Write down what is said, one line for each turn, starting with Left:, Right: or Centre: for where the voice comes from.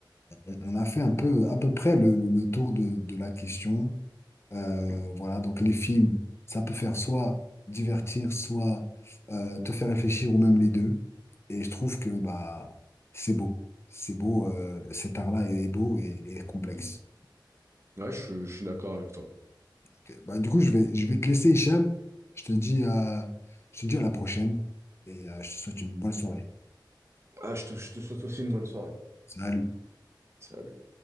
Left: on, on a fait un peu, à peu près le, le- le tour de, de la question. Euh, voilà, donc les films, ça peut faire soit divertir, soit euh, te faire réfléchir, ou même les deux. Et je trouve que bah, c'est beau. C'est beau, euh, cet art-là est est beau et, et complexe.
Right: Ouais, je, je suis d'accord avec toi.
Left: Ok. Bah, du coup, je vais, je vais te laisser, Hicham. Je te dis, euh, je te dis à la prochaine et euh, je te souhaite une bonne soirée.
Right: Ah, je te, je te souhaite aussi une bonne soirée.
Left: Salut.
Right: Salut.